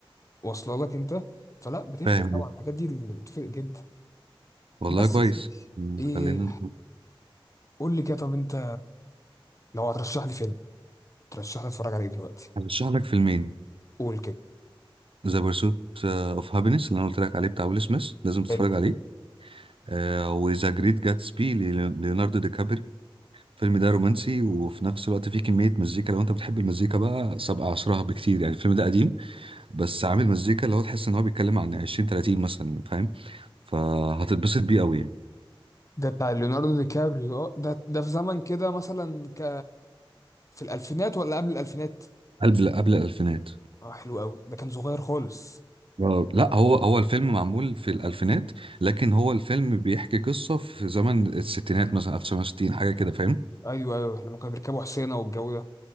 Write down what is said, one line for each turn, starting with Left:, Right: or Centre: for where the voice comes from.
Left: واصله لك انت فلا بتفرق
Right: فاهم
Left: طبعا الحاجات دي اللي بتفرق جدا
Right: والله
Left: بس
Right: كويس
Left: يا سيدي
Right: أمم.
Left: ايه
Right: خلينا نشوف
Left: قول لي كده طب انت لو هترشح لي فيلم ترشح لي اتفرج عليه دلوقتي
Right: هرشح لك فيلمين
Left: قول كده
Right: ذا بيرسوت اوف هابينس اللي انا قلت لك عليه بتاع ويل سميث لازم تتفرج
Left: حلو
Right: عليه آه وذا جريت جاتسبي ليوناردو دي كابري الفيلم ده رومانسي وفي نفس الوقت فيه كمية مزيكا لو انت بتحب المزيكا بقى سابقة عصرها بكتير يعني الفيلم ده قديم بس عامل مزيكا اللي هو تحس ان هو بيتكلم عن 20 30 مثلا فاهم فهتتبسط بيه قوي يعني
Left: ده بتاع ليوناردو دي كابريو اه ده ده في زمن كده مثلا ك في الالفينات ولا قبل الالفينات
Right: قبل قبل الألفينات
Left: اه حلو قوي ده كان صغير خالص
Right: آه، لا هو هو الفيلم معمول في الألفينات لكن هو الفيلم بيحكي قصة في زمن الستينات مثلا 1960 حاجة كده فاهم
Left: ايوه ايوه لما كانوا بيركبوا حسينه والجو ده